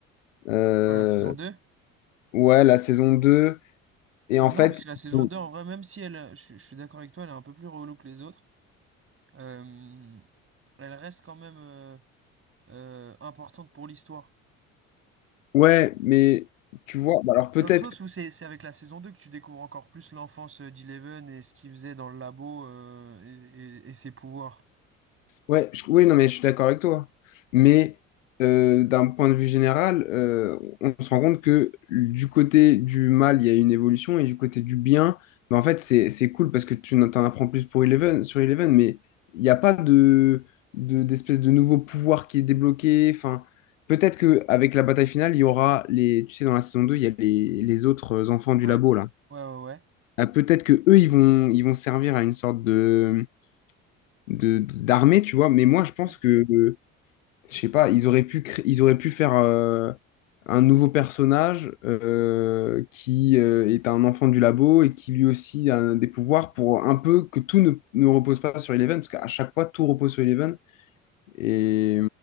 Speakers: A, on the left; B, on the right.
A: Euh,
B: Voilà, la saison 2.
A: Ouais, la saison 2. Et
B: Bah
A: en
B: non,
A: fait,
B: parce que la saison
A: euh,
B: 2, en vrai, même si elle, euh, je, suis je suis d'accord avec toi, elle est un peu plus relou que les autres, euh, elle reste quand même. euh, euh, importante pour l'histoire.
A: ouais, mais tu vois, bah alors peut-être.
B: Dans le sens où c'est c'est avec la saison 2 que tu découvres encore plus l'enfance euh, d'Eleven et ce qu'il faisait dans le labo euh, et, et- et ses pouvoirs.
A: Ouais, je- oui, non, mais je suis d'accord avec toi. Mais euh, d'un point de vue général, euh, on se rend compte que du côté du mal, il y a une évolution et du côté du bien, mais en fait, c'est, c'est cool parce que tu en t'en apprends plus pour Eleven, sur Eleven, mais il n'y a pas de, de, d'espèce de nouveau pouvoir qui est débloqué. Enfin, peut-être qu'avec la bataille finale, il y aura les, tu sais, dans la saison 2 il y a les, les autres euh, enfants du
B: Ouais,
A: labo, là.
B: ouais, ouais, ouais.
A: Ah, peut-être que eux, ils vont, ils vont servir à une sorte de de- d'armée, tu vois. Mais moi, je pense
B: Ouais.
A: que euh, je sais pas, ils auraient pu, cré- ils auraient pu faire euh, un nouveau personnage euh, qui euh, est un enfant du labo et qui lui aussi a des pouvoirs pour un peu que tout ne, ne repose pas sur Eleven, parce qu'à chaque fois, tout repose sur Eleven. Et,